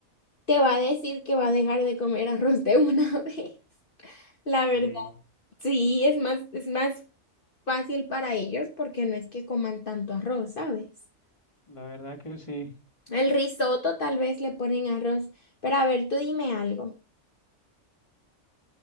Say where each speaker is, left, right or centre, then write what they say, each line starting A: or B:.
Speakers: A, on the left (about 50°); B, on the left (about 25°).
A: te va a decir que va a dejar de comer arroz de una <laughs> vez. La verdad,
B: sí,
A: sí, es más, es más fácil para ellos porque no es que coman tanto arroz, ¿sabes?
B: la verdad que sí.
A: El risotto tal vez le ponen arroz. Pero a ver, tú dime algo.